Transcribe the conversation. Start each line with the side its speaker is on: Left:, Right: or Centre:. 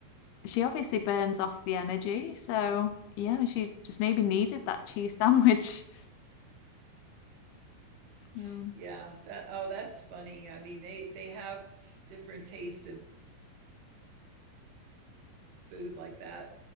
Left: she obviously burns off the energy. So yeah, she just maybe needed that cheese sandwich. <laughs> Um,
Right: <laughs> yeah. That oh, that's funny. I mean, they they have different tastes in food like that.